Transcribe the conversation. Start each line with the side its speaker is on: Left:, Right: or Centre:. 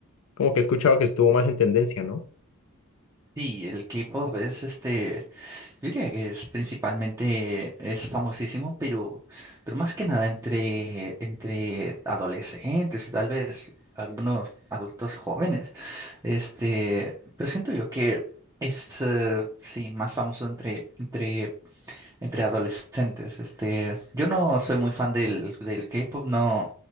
Left: como que he escuchado que estuvo más en tendencia, ¿no?
Right: Sí, el K-pop es este Yo diría que es principalmente, es famosísimo, pero, pero más que nada entre, entre adolescentes y tal vez algunos adultos jóvenes. Este, pero siento yo que es, eh, sí, más famoso entre, entre, entre adolescentes. Este, yo no soy muy fan del, del K-pop, no,